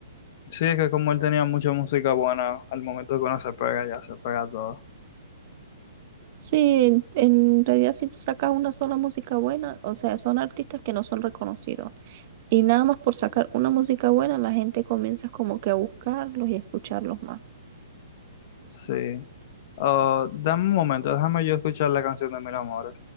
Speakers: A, on the left (about 50°); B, on the right (about 45°).
A: Sí, es que como él tenía mucha música buena, al momento que uno se pega, ya se pega todo.
B: Sí, en, en realidad si tú sacas una sola música buena, o sea, son artistas que no son reconocidos. Y nada más por sacar una música buena, la gente comienza como que a buscarlos y a escucharlos más.
A: Sí. Ah, dame un momento, déjame yo escuchar la canción de Mil Amores.